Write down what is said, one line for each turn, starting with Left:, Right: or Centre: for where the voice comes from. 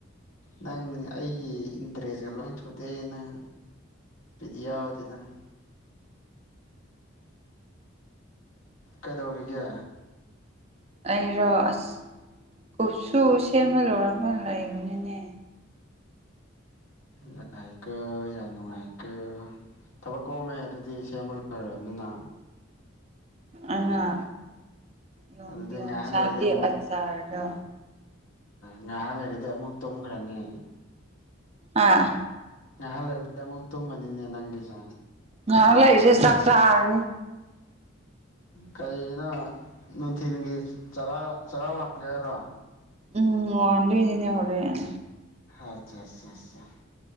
Left: ꯅꯪ ꯑꯩꯒꯤ ꯏꯟꯇꯔꯦꯁꯀ ꯂꯣꯏ ꯊꯨꯗꯩꯑ ꯅꯪ ꯕꯤꯠꯌꯥꯎ ꯗꯦꯗ ꯀꯩꯗꯧꯔꯤꯒꯦ
Right: ꯑꯩꯔꯣ ꯑꯁ ꯀꯨꯞꯁꯨ ꯁꯦꯝꯕ ꯂꯣꯏꯔꯒꯥꯟ ꯂꯩꯕꯅꯤꯅꯦ
Left: ꯌꯥꯏꯀꯣ ꯌꯥꯝ ꯅꯨꯡꯉꯥꯏꯀꯣ ꯊꯕꯛ ꯀꯧꯔꯝꯃꯦ ꯑꯗꯨꯗꯤ ꯁꯦꯝꯕ ꯂꯣꯏꯔꯕꯅꯤꯅ
Right: ꯑꯉ ꯌ
Left: ꯑꯗꯨꯗꯤ
Right: ꯌꯣꯡꯁꯥꯛꯀꯤ
Left: ꯉꯥꯏꯍꯥꯛ ꯂꯩꯔꯗꯤ ꯑꯃꯨꯛ
Right: ꯑꯆꯥꯔꯗ
Left: ꯉꯥꯏꯍꯥꯛ ꯂꯩꯔꯗꯤ ꯑꯃꯨꯛ ꯇꯨꯝꯈ꯭ꯔꯅꯤ
Right: ꯑꯥ
Left: ꯉꯥꯏꯍꯥꯛ ꯂꯩꯔꯗꯤ ꯑꯃꯨꯛ ꯇꯨꯝꯃꯅꯤꯅꯦ ꯅꯪꯒꯤꯁꯦ
Right: ꯉꯥꯏꯍꯥꯛ ꯂꯩꯔꯤꯁꯦ ꯆꯥꯛ ꯆꯥꯔꯅꯤ
Left: ꯀꯩꯔꯤꯒꯤꯅꯣ ꯅꯨꯡꯊꯤꯜꯒꯤ ꯆꯔꯥ ꯆꯔꯥ ꯋꯥꯡꯒꯦ ꯍꯥꯏꯔꯣ
Right: ꯎꯝ ꯋꯥꯗ ꯏꯅꯤꯅꯦ ꯍꯔꯦꯟ
Left: ꯑꯠꯆꯥ ꯑꯠꯆꯥ ꯑꯠꯆꯥ